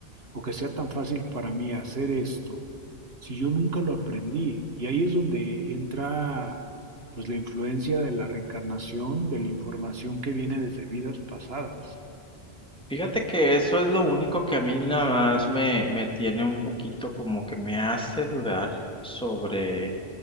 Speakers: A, on the right; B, in the centre.
A: o que sea tan fácil para mí hacer esto si yo nunca lo aprendí. Y ahí es donde entra pues la influencia de la reencarnación, de la información que viene desde vidas pasadas.
B: Fíjate que eso es lo único que a mí nada más me, me tiene un poquito como que me hace dudar sobre,